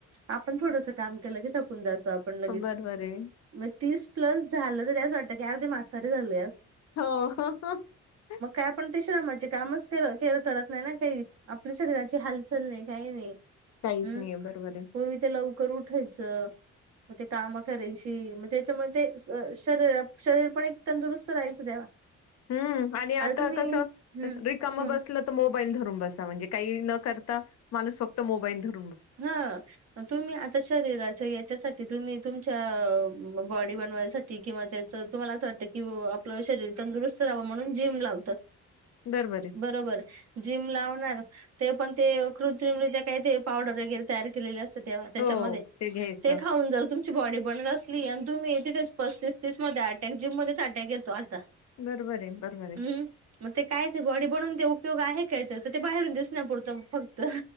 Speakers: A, on the right; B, on the left.
A: आपण थोडस काम केलं की ाकून जातातो आपण लगेच
B: बरोबर आहे.
A: मग तीस प्लस झालं तरी असं वाटतं की अर्दीी माथारी झाल
B: हो
A: का आपण ते श्रमाचे कामचअर करत नाही ना काही आपल्या शरीराची हालचाल नाही काही नाही
B: काहीच
A: हम्म
B: नाहीये बरोबर आहे.
A: पूर्वी ते लवकर उठायचं मग ते काम करायची मग त्याच्यामुळे ते शरीर शरीर पण एक तंदुरुस्त राहायचं तेव्हा
B: हम्म आणि आता
A: तुम्ही
B: कस
A: हम्म
B: रिकाम
A: हम्म
B: बसलं तर मो ल धरून ब म्हणजे काही न करता माणूस फक्त मोईल धर
A: हा तुम्ही आता शरीराच्या याच्यासाठी तुम्ही तुमच्या बॉडी बनवायसाठी किंवा त्याच तुम्हाला असं वाटत कि आपलं शरीर तंदुरुस्त म्हण जम ला
B: बरोबर आहे.
A: बबर जम ला ते पण ते कृत्रिमरित्या काय ते पावडर वगैरे तयार केलेले असते त्याच्या
B: हो,
A: मध्ये
B: घ्यायचं.
A: ते खाऊन जर तुमची बॉडी बनवून असली तुम्ही तिथेच पस्तीस तीस मध्ये अटॅक जिम मध्येच अटॅक येतो आता
B: बरोबर आहे, बरोबर आहे.
A: हम्म काय ते बॉडी बनवून उपयोग उपयोग आहे काय त्याचा ते बाहेरून दिसना पुरतं फक्त